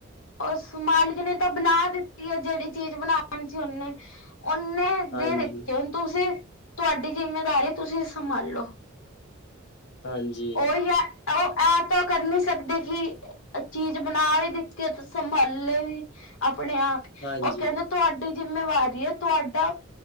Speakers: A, on the left; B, on the left.
A: ਉਸ ਮਾਲਿਕ ਨੇ ਤਾਂ ਬਣਾ ਦਿੱਤੀ ਹੈ ਜਿਹੜੀ ਚੀਜ਼ ਬਣਾਣੀ ਸੀ ਉਹਨੇ। ਉਹਨੇ
B: ਹਾਂਜੀ
A: ਦੇ ਦਿੱਤਿ ਹੁਨ ਤੁਸੀਂ ਤੁਹਾਡੀ ਜਿੰਮੇਦਾਰੀ ਤੁਸੀਂ ਸੰਭਾਲੋ।
B: ਹਾਂਜੀ,
A: ਉਹੀ ਹੈ ਉਹ ਐ ਤਾਂ ਕਰ ਨੀ ਸਕਦੇ ਕਿ। ਚੀਜ਼ ਬਣਾ ਵੀ ਦਿੱਤੀ ਤੇ ਸੰਭਾਲੇ ਵੀ ਆਪਣੇ ਆਪ ਹੀ
B: ਹਾਂਜੀ,
A: ਉਹ ਕਹਿੰਦੇ ਤੁਹਾਡੀ। ਜਿੰਮੇਵਾਰੀ ਹੈ ਤੁਹਾਡਾ।